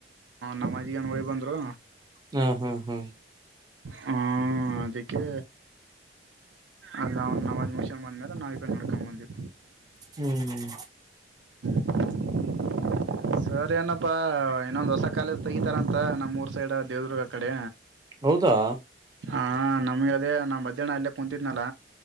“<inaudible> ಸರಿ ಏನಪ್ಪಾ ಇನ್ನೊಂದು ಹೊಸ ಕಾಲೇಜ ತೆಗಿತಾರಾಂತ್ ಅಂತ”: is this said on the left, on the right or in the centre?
Right